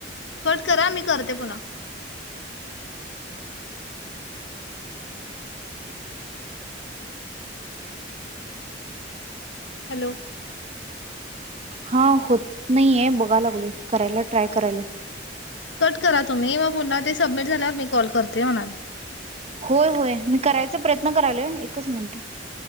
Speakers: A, on the left; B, on the right.
A: कट करा मी करते पुन्हा हॅलो
B: हा होत नाही आहे बघा लागलो करायला ट्राय करायला
A: कट करा तुम्ही व पुन्हा ते सबमिट झाल्यावर मी कॉल करते म्हणाले
B: होय होय मी करायचा प्रयत्न करालोय एकच मिनिट.